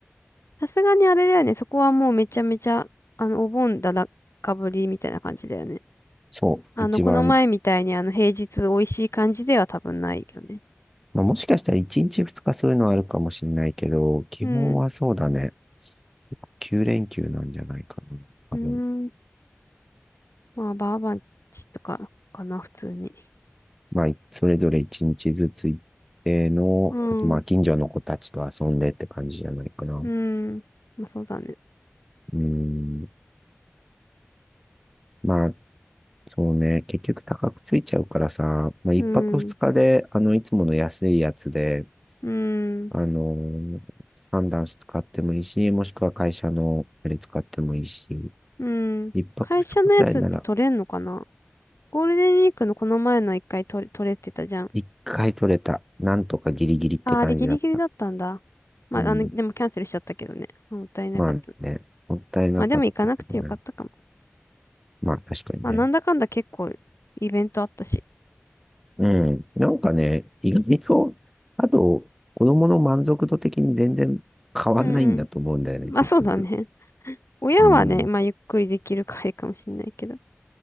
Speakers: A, on the left (about 85°); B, in the centre.
A: さすがにあれだよね、そこはもうめちゃめちゃ、あの、お盆だらかぶりみたいな感じだよね。
B: そう、
A: あの、
B: 一番、
A: この前みたいにあの、平日美味しい感じでは多分ないよね。
B: まあ、もしかしたら1日2日そういうのあるかもしれないけど、基本はそうだね。
A: うん。
B: 9連休なんじゃないかな。多分。
A: うーん。まあ、バーバンチとかかな、普通に。
B: まあ、いそれぞれ一日ずつ行っての、
A: うん。
B: あとまあ、近所の子たちと遊んでって感じじゃないかな。う
A: うん。まあ、そうだね。
B: ん。まあ、そうね。結局高くついちゃうからさ、まあ、一泊二日で、
A: うん。
B: あの、いつもの安いやつで、
A: うん。
B: あのー、サンダンス使ってもいいし、もしくは会社のあれ使ってもいいし、
A: うん。
B: 一泊二日くらいなら、
A: 会社のやつって取れんのかなゴールデンウィークのこの前の一回取れ、取れてたじゃん。
B: 一回取れた。なんとかギリギリって感じだった。
A: あ、あれギリギリだったんだ。まあ、
B: うん。
A: あの、でもキャンセルしちゃったけどね。もったいなかった。
B: まあね、もったいなかったけどね。
A: まあ、でも行かなくてよかったかも。
B: まあ確かにね。
A: まあ、なんだかんだ結構イベントあったし。
B: うん。なんかね、意外と、あと、子供の満足度的に全然変わんないんだと思うんだよね、
A: うんうん。まあ、
B: 結局。
A: そうだね。<laughs> 親はね、
B: うん。
A: まあ、ゆっくりできるからいいかもしんないけど。